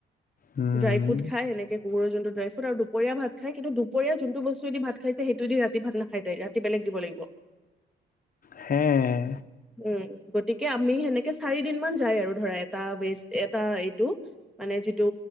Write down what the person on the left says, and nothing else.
উম
হে এ?